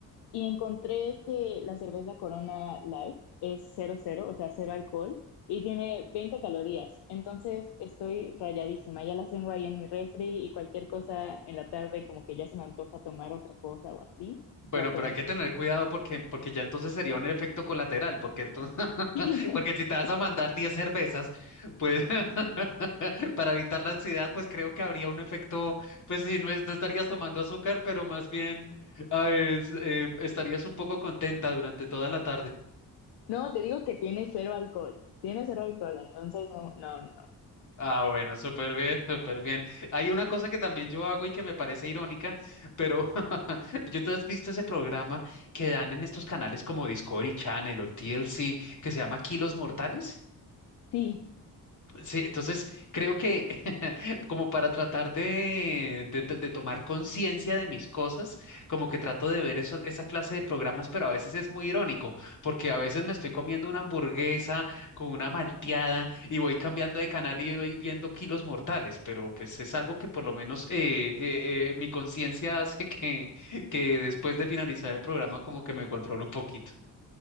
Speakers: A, on the left; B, on the left.
A: y encontré que la cerveza Corona Light es cero cero o sea, cero alcohol y tiene 20 calorías. Entonces estoy rayadísima, ya las tengo ahí en mi refri y cualquier cosa en la tarde como que ya se me antoja tomar otra cosa o así,
B: Bueno,
A: la tomo.
B: pero hay que tener cuidado porque, porque ya entonces sería un efecto colateral, porque entonces, <laughs>
A: <laughs>
B: porque si te vas a mandar 10 cervezas, pues <laughs> para evitar la ansiedad, pues creo que habría un efecto, pues sí, no, es- no estarías tomando azúcar, pero más bien ah, es, eh, estarías un poco contenta durante toda la tarde.
A: No, te digo que tiene cero alcohol, tiene cero alcohol, entonces no, no, no.
B: Ah, bueno, súper bien, <laughs> súper bien. Hay una cosa que también yo hago y que me parece irónica, pero <laughs> yo tú has visto ese programa que dan en estos canales como Discovery Channel o TLC que se llama Kilos Mortales.
A: Sí.
B: Sí, entonces creo que <laughs> como para tratar de, de to- de tomar conciencia de mis cosas, como que trato de ver eso- esa clase de programas, pero a veces es muy irónico, porque a veces me estoy comiendo una hamburguesa con una malteada y voy cambiando de canal y voy viendo kilos mortales, pero pues es algo que por lo menos eh, eh, eh, mi conciencia <laughs> hace que, que después de finalizar el programa como que me controlo un poquito.